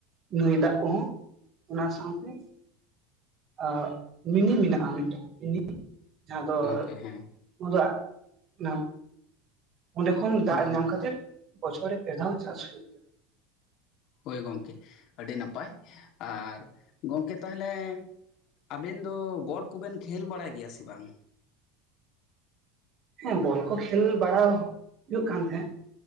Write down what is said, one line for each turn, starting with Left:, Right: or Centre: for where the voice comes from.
Right: ᱱᱟᱹᱭ ᱫᱟᱜ ᱠᱚᱦᱚᱸ ᱚᱱᱟ ᱥᱟᱶᱛᱮ ᱼᱼ ᱟᱨ ᱢᱤᱱᱤ ᱢᱮᱱᱟᱜᱼᱟ ᱢᱤᱫᱴᱟᱝ ᱢᱤᱱᱤ ᱡᱟᱦᱟᱸ ᱫᱚ
Left: ᱜᱚᱝᱠᱮ ᱦᱮᱸ
Right: ᱧᱩ ᱫᱟᱜ ᱼᱼ ᱚᱱᱟ ᱚᱸᱰᱮ ᱠᱷᱚᱱ ᱫᱟᱜ
Left: ᱦᱳᱭ
Right: ᱧᱟᱢ ᱠᱷᱟᱹᱛᱤᱨ ᱵᱚᱪᱷᱚᱨ ᱨᱮ ᱯᱮ ᱫᱷᱟᱣ ᱪᱟᱥ ᱦᱩᱭᱩᱜᱼᱟ ᱾
Left: ᱦᱳᱭ ᱜᱚᱝᱠᱮ ᱟᱹᱰᱤ ᱱᱟᱯᱟᱭ ᱟᱨ ᱜᱚᱝᱠᱮ ᱛᱟᱦᱞᱮ ᱼᱼ ᱟᱵᱮᱱ ᱫᱚ ᱵᱚᱞ ᱠᱚᱵᱮᱱ ᱠᱷᱮᱞ ᱵᱟᱲᱟᱭ ᱜᱮᱭᱟ ᱥᱮ ᱵᱟᱝ?
Right: ᱦᱮᱸ ᱵᱚᱞ ᱠᱚ ᱠᱷᱮᱞ ᱵᱟᱲᱟ ᱦᱩᱭᱩᱜ ᱠᱟᱱ ᱛᱟᱦᱮᱸᱜ᱾